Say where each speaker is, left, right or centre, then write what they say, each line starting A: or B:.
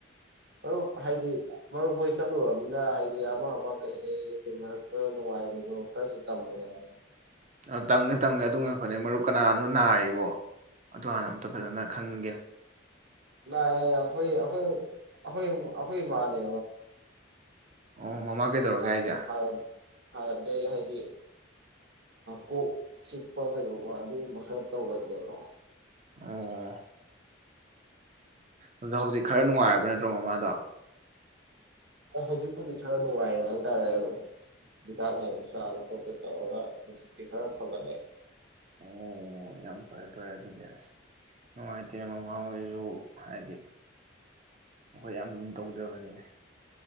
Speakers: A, on the right; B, on the right.
A: ꯃꯔꯨꯞ ꯍꯥꯏꯗꯤ ꯃꯔꯨꯞ ꯍꯣꯏ ꯆꯠ ꯑꯗꯨꯒ ꯑꯃꯅ ꯍꯥꯏꯗꯤ ꯑꯃ ꯑꯃ ꯀꯩꯀꯩ ꯊꯦꯡꯅꯔꯛꯄ ꯅꯨꯡꯉꯥꯏꯕꯗꯣ ꯈꯔꯁꯨ ꯇꯝꯕꯅꯣ
B: ꯑ ꯇꯪꯒꯦ ꯇꯪꯒꯦ ꯑꯗꯨ ꯉꯛ ꯈꯅꯤ ꯃꯔꯨ ꯀꯅꯥꯅꯣ ꯅꯥꯔꯤꯕꯣ ꯑꯗꯨ ꯍꯥꯟꯅ ꯑꯣ ꯐꯖꯅ ꯈꯪꯒꯦꯅꯦ
A: ꯂ ꯑꯩꯈꯣꯏ ꯑꯩꯈꯣꯏ ꯑꯩꯈꯣꯏ ꯑꯩꯈꯣꯏ ꯃꯥꯅꯦ
B: ꯑꯣ ꯃꯃꯥ ꯀꯩꯗꯧꯔꯒꯦ
A: ꯑ
B: ꯍꯥꯏꯁꯦ
A: ꯍ ꯍꯥꯟꯅꯗꯩ ꯍꯥꯏꯗꯤ ꯀꯣꯛ ꯆꯤꯛꯄ ꯀꯩꯗꯧꯕ ꯑꯗꯨꯒꯨꯝꯕ ꯈꯔ ꯇꯧꯒꯅꯦꯗꯕꯣ
B: ꯑꯣ ꯑꯗ ꯍꯧꯖꯤꯛ ꯈꯔ ꯅꯨꯡꯉꯥꯏꯔꯕ ꯅꯠꯇ꯭ꯔꯣ ꯃꯃꯥꯗꯣ
A: ꯑ ꯍꯧꯖꯤꯛꯄꯨꯗꯤ ꯈꯔ ꯅꯨꯡꯉꯥꯏꯔꯦ ꯍꯥꯏꯇꯥꯔꯦ ꯑꯗꯣ ꯍꯤꯗꯥꯛ ꯅꯨꯡ ꯆꯥꯕꯥ ꯈꯣꯠꯄ ꯇꯧꯔꯒ ꯍꯧꯖꯤꯛꯇꯤ ꯈꯔ ꯐꯒꯠꯂꯦ
B: ꯑꯣ ꯌꯥꯝ ꯐꯔꯦ ꯐꯔꯦ ꯑꯗꯨꯗꯤ ꯑꯁ ꯅꯨꯡꯉꯥꯏꯇꯦ ꯃꯃꯥ ꯑꯣꯏꯔꯁꯨ ꯍꯥꯏꯗꯤ ꯑꯩꯈꯣꯏ ꯌꯥꯝ ꯂꯨ ꯇꯧꯖꯕꯅꯤꯅꯦ